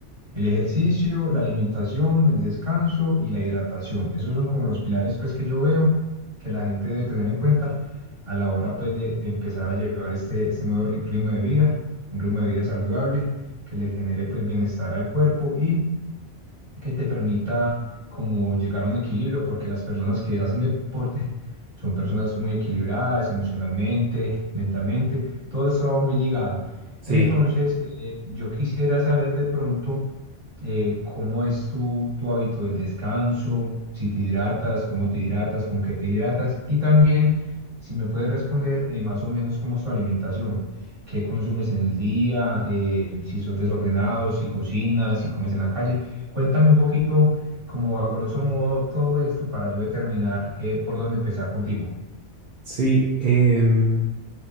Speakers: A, on the right; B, on the right.
A: El ejercicio, la alimentación, el descanso y la hidratación. Esos son como los pilares pues que yo veo que la gente debe tener en cuenta a la hora pues de, de empezar a llevar este, este nuevo ri- ritmo de vida, un ritmo de vida saludable que le genere pues bienestar al cuerpo y que te permita como llegar a un equilibrio, porque las personas que hacen deporte son personas muy equilibradas emocionalmente, mentalmente, todo eso va muy ligado.
B: Sí,
A: Entonces, eh, yo quisiera saber de pronto eh, cómo es tu, tu hábito del descanso, si te hidratas, cómo te hidratas, con qué te hidratas y también si me puedes responder eh, más o menos cómo es tu alimentación. ¿Qué consumes en el día? eh, si sos desordenado, si cocinas, si comes en la calle. Cuéntame un poquito, como a grosso modo, todo esto para yo determinar eh, por dónde empezar contigo.
B: sí. em,